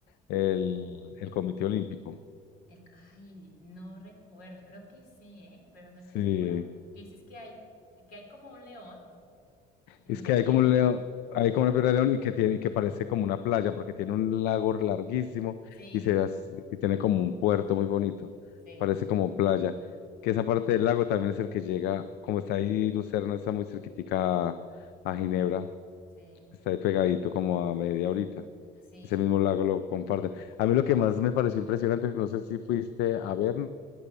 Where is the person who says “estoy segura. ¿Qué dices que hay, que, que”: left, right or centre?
Left